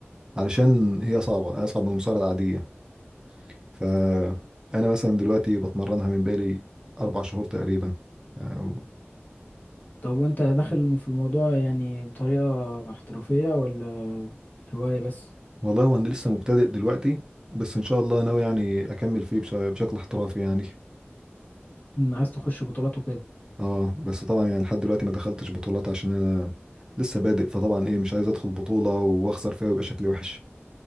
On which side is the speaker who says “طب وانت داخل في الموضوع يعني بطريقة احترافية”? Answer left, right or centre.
Left